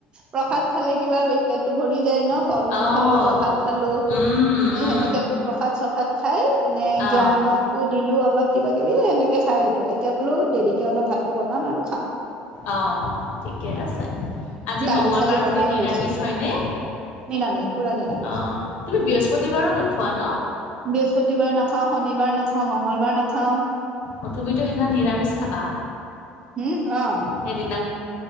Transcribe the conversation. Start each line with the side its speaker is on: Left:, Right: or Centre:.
Right: প্ৰসাদ খালে কিবা পেটটো ভৰি যায় ন। ফল-মূল
Left: অ'।
Right: খালোঁ, প্ৰসাদ খালোঁ।
Left: উম,
Right: সেই
Left: উম,
Right: সেনেকে প্ৰসাদ চব সাদ খাই, এনে
Left: অ',
Right: জ্ঞানকো দিলোঁ অলপ কিবা কিবি এই এনেকে খাই আহিলোঁ। এতিয়া বোলো দেৰিকে অলপ ভাতটো বনাম আৰু খাম।
Left: অ ঠিকে আছে। আজি
Right: দালি
Left: মঙ্গলবাৰ
Right: চালি বনায়ে
Left: বুলি নিৰামিষ
Right: গৈছো
Left: হয়নে?
Right: নিৰামিষ পুৰা নিৰামিষ
Left: অ তুমি বৃহস্পতিবাৰো নোখোৱা ন?
Right: বৃহস্পতিবাৰ নাখাওঁ, শনিবাৰ নাখাওঁ, মঙ্গলবাৰ নাখাওঁ।
Left: অ তুমিতো সেইদিনাখন নিৰামিষ খাবা।
Right: হম অ
Left: সেইদিনা